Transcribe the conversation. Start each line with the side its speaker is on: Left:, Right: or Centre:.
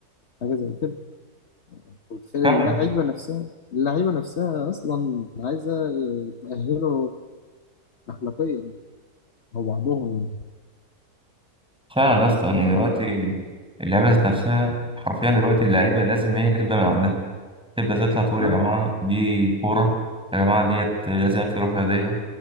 Left: حاجه زي كده أنت متخيل
Centre: فعلا
Left: اللعيبه نفسها اللعيبه نفسها اصلا عايزه تاهله اخلاقيا يعني، او بعضهم يعني
Centre: فعلا يا اسطى يعني دلوقتي اللعيبه ذات نفسها حرفيا دلوقتي اللعيبه لازم هي اللي تبدا من عندها تبدا تطلع تقول
Left: ها
Centre: يا جماعه دي كوره يا جماعه ديت لازم في روح رياضيه